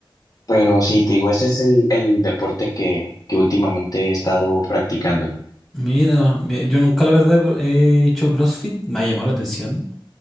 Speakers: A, on the left; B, in the centre.
A: pero sí, te digo, ese es el, el deporte que, que últimamente he estado practicando.
B: Mira, mi- yo nunca la verdad he hecho CrossFit, me ha llamado la atención.